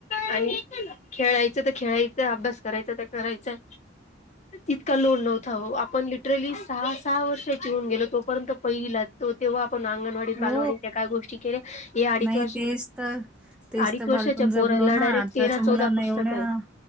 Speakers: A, on the left; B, in the centre.
A: आणि खेळायचं खे घ्यायचं अभ्यास करायचा ते करायचंय तितका लोड नव्हता आपण लिटरली सहा सहा वर्षाचीि होून गेलो तोपर्यंत पहिला ण अंगणवाडी
B: हो
A: बालवाडींच्या काय गोष्टी केल्या हे अडीच
B: नाही
A: वर्ष
B: तेच तर तेच
A: अडीच
B: तर
A: वर्षाच्या
B: बालपण जगलो
A: पोराला
B: ना
A: डायरेक्ट
B: आताच्या
A: तेरा
B: मुलांना
A: चौदा पुस्तकं
B: एवढ्या
A: आहेत